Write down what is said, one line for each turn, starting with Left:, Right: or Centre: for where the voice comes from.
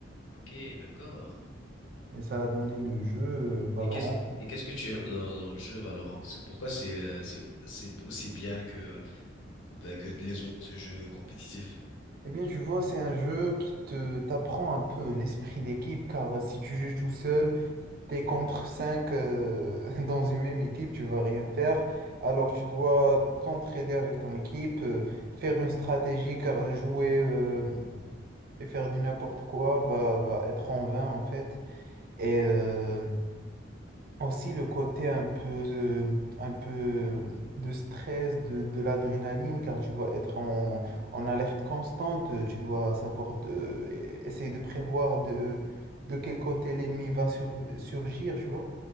Left: Ok, d'accord.
Right: Et ça a donné le jeu euh, Valorant.
Left: Et qu'est-ce et qu'est-ce que tu aimes dans, dans le jeu Valorant? C'est pourquoi c'est euh, c'est c'est aussi bien que bah, que les autres jeux compétitifs.
Right: Eh bien, tu vois, c'est un jeu qui te t'apprend un peu l'esprit d'équipe, car si tu joues tout seul, T'es contre 5 <laughs> dans une même équipe, tu vas rien faire. Alors tu dois t'entraider avec ton équipe, euh, faire une stratégie, car jouer euh, et faire du n'importe quoi va, va être en vain en fait. Et euh, aussi le côté un peu, euh, un peu de stress, de, de l'adrénaline, car tu dois être en, en alerte constante, euh, tu dois savoir de- essayer de prévoir de, de quel côté l'ennemi va sur- surgir, tu vois.